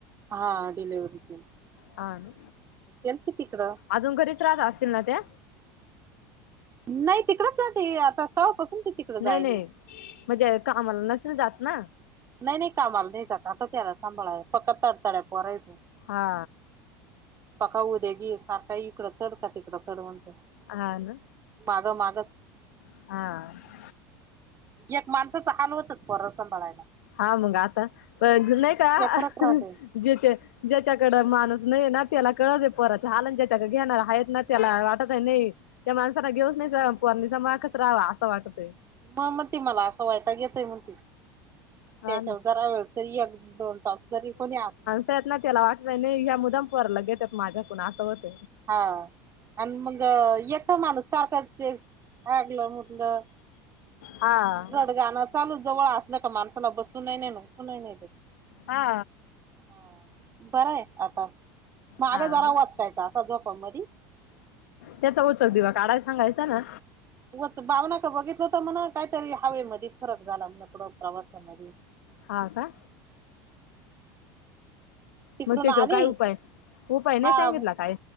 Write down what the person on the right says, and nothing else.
हा डिलेिव्हरीची
गेलते तिकडं.
नाही तिकडच जाते आता काळपासून ते तिकड जायले.
नाही नाही कामाला नाही जा का आता त्याला सांभाळाय फक्त तडताड्या पय तू.
पका उद्या गी सारखं इकडं चढ का तिकडं चढ म्हणते.
माग मागस
एक माणसाचा हाल होतच परसभाळायला
फरक
राहते
मग मग त मला असं व्हायता घेतोय मग त
त्याच्यावर
जरा वेळ तरी एक दोन तास जरी कोणी अस
हा आणि मग एका माणूस सारखा ते आगलं म्हटलं
आणि रड गाणं चालू जवळ असल का माणसाला बसून नाही नाही नही नाही
हा बर आहे आता मागे
जरा
वाचकायचा असा झोपा म
वच भावना का बघितलं हो तर म्हणा कायतरी हवेमध्ये फरक झाला म्ह डं प्रवासामध्ये
तिकडून
आली
हा